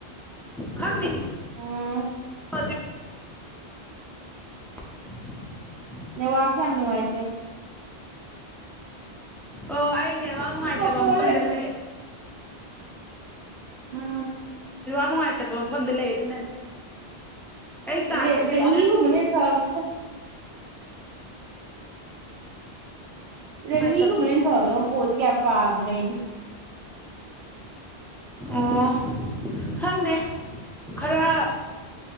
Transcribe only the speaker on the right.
ꯑꯝ
ꯅ ꯋꯥꯁ ꯌꯥꯝꯅꯅꯨꯡ ꯍꯥꯏꯥꯏꯇ
ꯑꯁ
ꯑꯣꯞꯄꯣꯁꯦ
ꯎꯝ
ꯔ
ꯔꯅꯤ
ꯍꯃꯅꯤ ꯊꯕꯅꯤꯗ
ꯔꯅꯤ ꯨꯝꯃꯅ ꯊꯅꯣ ꯄꯣ ꯆꯩ ꯀ ꯄꯄꯥꯗꯔꯅꯤ